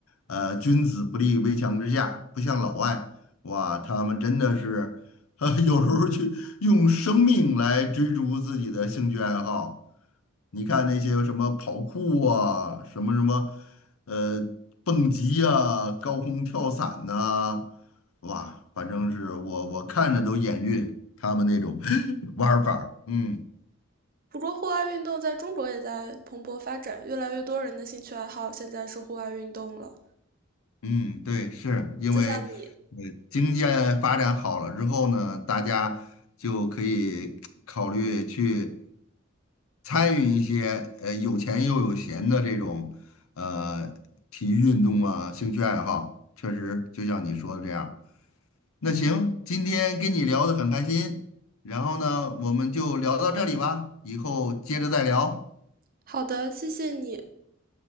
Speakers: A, on the left; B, on the right.
A: 呃，君子不立危墙之下，不像老外，哇，他们真的是，<laughs> 呃，有时候去用生命来追逐自己的兴趣爱好。你看那些什么跑酷啊，什么什么，呃，蹦极啊，高空跳伞呐、哇，反正是我我看着都眼晕，他们那种 <gasps> <laughs> 玩儿法儿，嗯
B: 不过，户外运动在中国也在蓬勃发展，越来越多人的兴趣爱好现在是户外运动了。
A: 嗯，对，是因为
B: 就像你。
A: 呃经济发展好了之后呢，大家就可以考虑去参与一些呃有钱又有闲的这种呃体育运动啊，兴趣爱好，确实就像你说的这样。那行，今天跟你聊得很开心，然后呢，我们就聊到这里吧，以后接着再聊。
B: 好的，谢谢你，